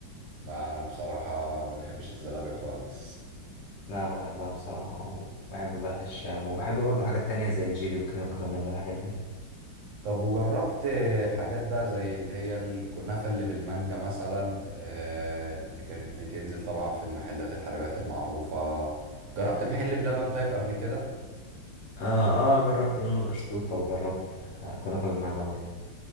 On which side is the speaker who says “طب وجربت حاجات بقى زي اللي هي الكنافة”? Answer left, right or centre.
Right